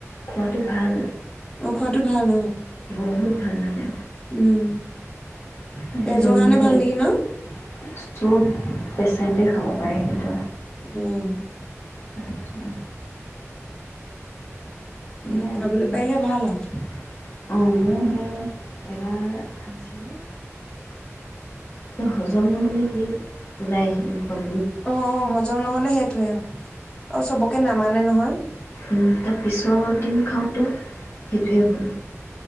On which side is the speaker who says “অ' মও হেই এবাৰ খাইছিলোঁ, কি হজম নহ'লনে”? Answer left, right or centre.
Left